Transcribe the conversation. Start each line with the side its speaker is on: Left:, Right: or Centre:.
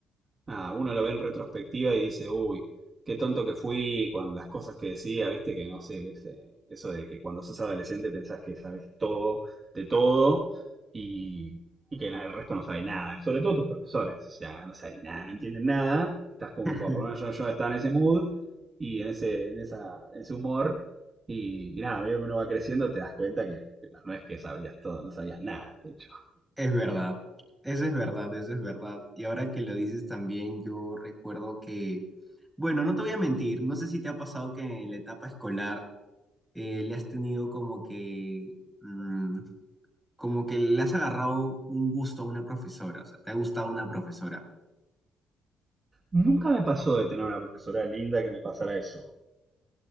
Right: nada, uno lo ve en retrospectiva y dice, uy, qué tonto que fui con las cosas que decía, viste que no sé, ese- eso de que cuando sos adolescente pensás que sabes todo de todo y, y que na- el resto no sabe nada, sobre todo tus profesores, ya no saben nada, no entienden nada, estás como,
Centre: <laughs>
Right: bueno, por lo menos yo, yo estaba en ese mood y en ese, en esa, ese humor. Y, y nada, a medida que uno va creciendo te das cuenta que, que no, no es que sabías todo, no sabías nada, de hecho.
Centre: Es verdad, eso es verdad, eso es verdad. Y ahora que lo dices también, yo recuerdo que, bueno, no te voy a mentir, no sé si te ha pasado que en la etapa escolar eh, le has tenido como que, mm, como que le has agarrado un gusto a una profesora, o sea, te ha gustado una profesora.
Right: Nunca me pasó de tener una profesora linda que me pasara eso.